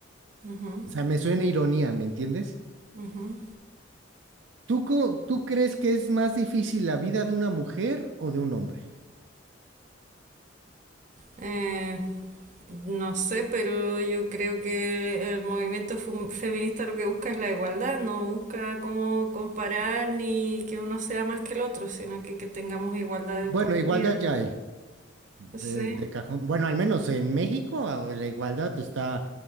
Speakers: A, on the right; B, on the right.
A: ujú,
B: O sea, me suena ironía, ¿me entiendes?
A: ujú.
B: ¿Tú, co- tú crees que es más difícil la vida de una mujer o de un hombre?
A: Eh, no sé, pero yo creo que el movimiento fem- feminista lo que busca es la igualdad, no busca cómo comparar ni que uno sea más que el otro, sino que, que tengamos igualdad
B: Bueno,
A: de oportunidades.
B: igualdad ya hay, de,
A: Sí.
B: de cajón. Bueno, al menos en México ah, la igualdad está,